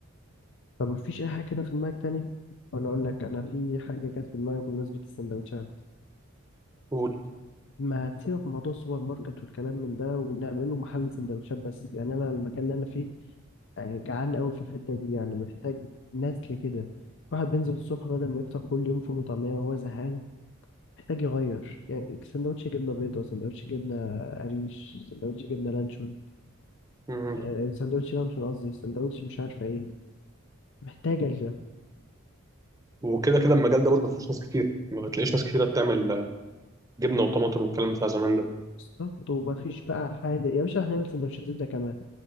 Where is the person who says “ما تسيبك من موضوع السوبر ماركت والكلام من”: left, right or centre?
Left